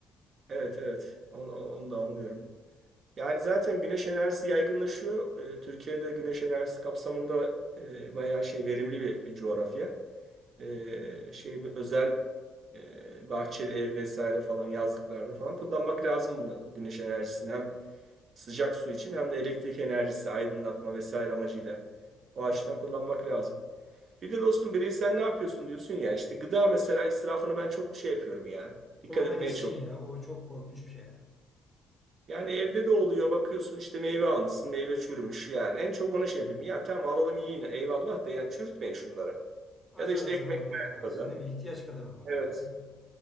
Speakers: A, on the right; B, in the centre.
A: evet evet. Onu, onu da anlıyorum. Yani zaten güneş enerjisi yaygınlaşıyor. Ee, Türkiye'de güneş enerjisi kapsamında e, bayağı şey verimli bir, bir coğrafya. Ee, şey bu özel e, bahçeli ev vesaire falan yazlıklarda falan kullanmak lazım bunu güneş enerjisini hem sıcak su için hem de elektrik enerjisi aydınlatma vesaire amacıyla o açıdan kullanmak lazım. Bir de dostum bireysel ne yapıyorsun diyorsun ya işte gıda mesela israfını ben çok şey yapıyorum ya. Dikkat
B: Sorma
A: etmeye
B: gitsin ya, o çok korkunç bir şey ya.
A: Yani evde de oluyor bakıyorsun işte meyve almışsın meyve çürümüş yani en çok ona şey yapayım ya tamam alalım yiyin eyvallah da yani çürütmeyin şunları
B: Azar
A: ya da işte
B: azar
A: ekmek
B: almak lazım
A: kadar
B: değil mi? İhtiyaç kadar almak
A: evet
B: lazım.